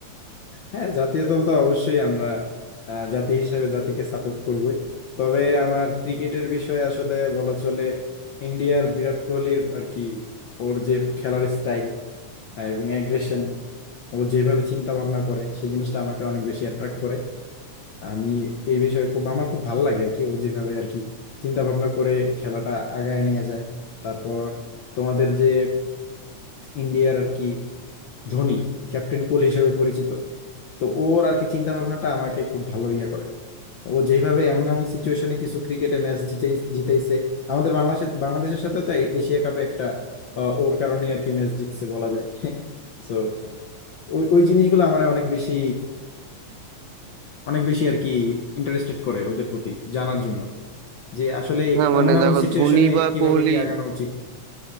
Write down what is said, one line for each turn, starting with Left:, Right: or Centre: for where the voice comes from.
Left: হ্যাঁ জাতীয় দল তো অবশ্যই আমরা আহ, জাতি হিসেবে জাতিকে সাপোর্ট করবই তবে আমার ক্রিকেটের বিষয়ে আসলে বলা চলে ইন্ডিয়ার বিরাট কোহলির আর কি ওর যে খেলার স্টাইল এবং অ্যাগ্রেশন ও যেভাবে চিন্তা ভাবনা করে সেই জিনিসটা আমাকে অনেক বেশি অ্যাট্রাক্ট করে আমি এই বিষয়ে খুব আমার খুব ভালো লাগে আর কি ও যেভাবে আর কি চিন্তা ভাবনা করে খেলাটা আগায় নিয়ে যায় তারপর তোমাদের যে ইন্ডিয়ার আর কি ধোনি ক্যাপ্টেন কুল হিসেবে পরিচিত তো ওর আর কি চিন্তা ভাবনাটা আমাকে খুব ভালো ইয়ে করে ও যেভাবে এমন এমন সিচুয়েশনে কিছু ক্রিকেটে ম্যাচ জিতে জিতাইছে আমাদের বাংলাদেশের বাংলাদেশের সাথে তো এ- এশিয়া কাপে একটা আহ, ওর কারণে আর কি ম্যাচ জিতছে বলা যায় <laughs> সো ওই ওই জিনিসগুলো আমার অনেক বেশি অনেক বেশি আর কি ইন্টারেস্টেড করে ওদের প্রতি জানার জন্য যে আসলে
Right: হ্যাঁ মানে
Left: এমন এমন
Right: দেখো
Left: সিচুয়েশনে
Right: ধোনি বা
Left: কিভাবে
Right: কোহলি
Left: কি আগানো উচিত